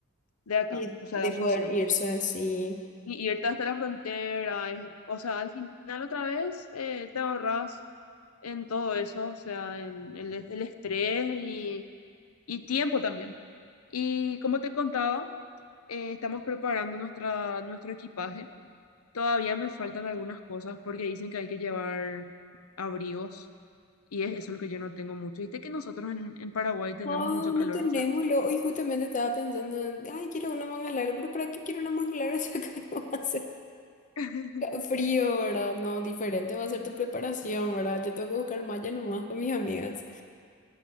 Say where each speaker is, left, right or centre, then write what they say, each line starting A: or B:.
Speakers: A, on the left (about 80°); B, on the left (about 35°).
A: de acá,
B: Y
A: o sea,
B: de
A: de Asunción.
B: poder irse así.
A: Y irte hasta la frontera, es- o sea, al final otra vez eh, te ahorras. en todo eso, o sea, en el, el estrés y, y tiempo también. Y como te contaba, eh, estamos preparando nuestra, nuestro equipaje. Todavía me faltan algunas cosas porque dicen que hay que llevar abrigos y es eso lo que yo no tengo mucho. Viste que nosotros en, en Paraguay tenemos
B: No,
A: mucho
B: no
A: calor,
B: tenemos.
A: o sea,
B: lo- Hoy justamente estaba pensando en, ay, quiero una manga larga, pero ¿para qué quiero una manga larga si acá <laughs> no hace
A: <laughs>
B: frío, ¿verdad? No, diferente va a ser tu preparación, ¿verdad? Yo tengo que buscar malla nomás con mis amigas.